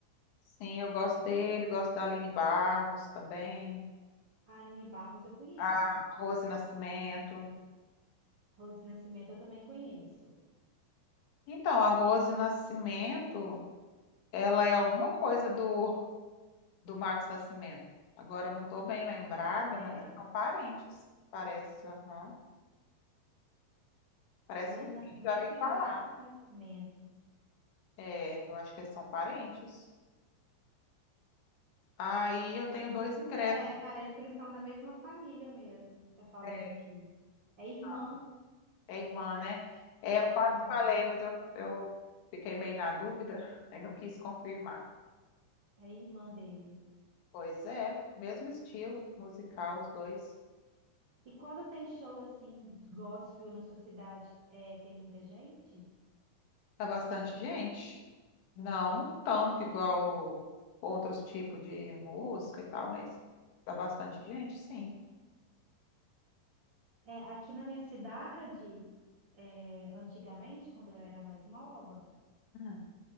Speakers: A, on the left (about 75°); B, on the right (about 30°).
A: Sim, eu gosto dele, gosto da Aline Barros também,
B: A Aline Barros eu conheço.
A: a Rose Nascimento.
B: Rose Nascimento eu também conheço.
A: Então, a Rose Nascimento, ela é alguma coisa do, do Marcos Nascimento. Agora, eu não estou bem lembrada,
B: É?
A: mas eles são parentes, parece. aham. Parece
B: Rose
A: que sim,
B: Nascimento
A: já vi
B: e
A: falar.
B: Marcos Nascimento.
A: É, eu acho que eles são parentes. Aí eu tenho dois ingressos.
B: É, parece que eles são da mesma família mesmo, tá falando
A: É,
B: aqui. É irmã,
A: não, é irmã, né? É,
B: é
A: eu
B: irmã,
A: quase falei, mas eu, eu fiquei meio na dúvida <laughs> e não quis confirmar.
B: é irmã dele.
A: Pois é, mesmo estilo musical, os dois.
B: E quando tem show assim, gospel na sua cidade, é, tem muita gente?
A: Tá bastante gente. Não tanto igual outros tipos de música e tal, mas tá bastante gente, sim.
B: É, aqui na minha cidade, é, antigamente, quando eu era mais nova,
A: Hum.